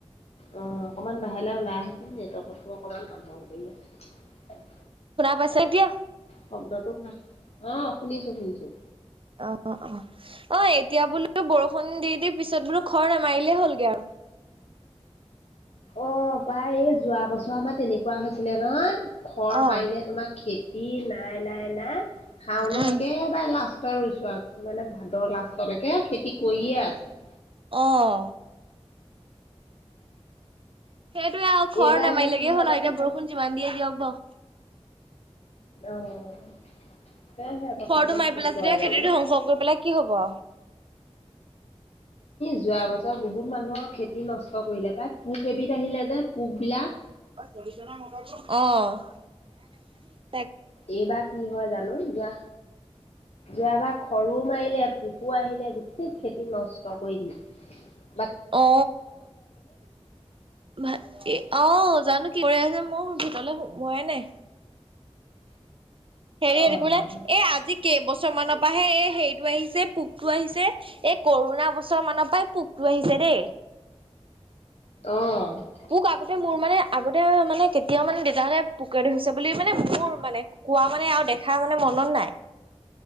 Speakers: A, on the left; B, on the right.
A: অ অকমান বাহিৰলৈ ওলাই আহাচোন নেটৱৰ্কটো অকমান গোন্ধগোল কৰি আছে।
B: পাইছে এতিয়া?
A: শব্দটো অ শুনিছোঁ-শুনিছোঁ।
B: অ অ অ এতিয়া বোলো বৰষুণ দি-দি পিছত বোলো খৰ নামাৰিলে হ'লগে আৰু।
A: অ পাই এই যোৱা বছৰ মান তেনেকুৱা হৈছিলে নহয়। খৰ
B: অ।
A: মাৰিলে তোমাৰ খেতি নাই-নাই-নাই খাওনো
B: উম
A: একেবাৰে লাষ্ট ৰুইছো আৰু কিছুমানে ভাদৰ লাষ্টলৈকে খেতি কৰিয়ে আছে।
B: আহ। সেইটোৱে আৰু, খৰ
A: এইবাৰ
B: নামাৰিলেগে
A: এতিয়া কি হয়
B: হ'ল
A: জানো
B: আৰু, এতিয়া বৰষুণ যিমান দিয়ে দিয়ক বৰু।
A: অ' তাকেহে বতৰটো
B: খৰটো মাৰি
A: কি
B: পেলাই
A: কয়
B: যেতিয়া
A: জানোঁ?
B: খেতিটো ধ্বংস কৰি পেলাই কি হ'ব আও।
A: যোৱা বছৰ বহুত মানুহৰ খেতি নষ্ট কৰিলে প্ৰায় পোক এবিধ আহিলে যে পোক বিলাক
B: আহ
A: এইবাৰ কি হয় জানো। যোৱা যোৱাবাৰ খৰো মাৰিলে, পোকো আহিলে, গোটেই খেতি নষ্ট কৰি দিয়ে। <inaudible> <unintelligible>
B: অ ভ আহ, জানো কি কৰি আ মোৰ ভিতৰলৈ সোমোৱাই নাই। হেৰি,
A: অ', অ',
B: এ আজি কেইবছৰ মানৰ পৰাহে এই হেৰিটো আহিছে পোক টো আহিছে। এই কৰোণা বছৰ মানৰ পৰাই পোকটো আহিছে দেই।
A: অ',
B: মোক আগতে মোৰ মানে আগতে মানে কেতিয়াও মানে দেউতাহঁতে পোকে ধৰিছে বুলি মানে মোৰ মানে কোৱা মানে আৰু দেখা মানে মনত নাই।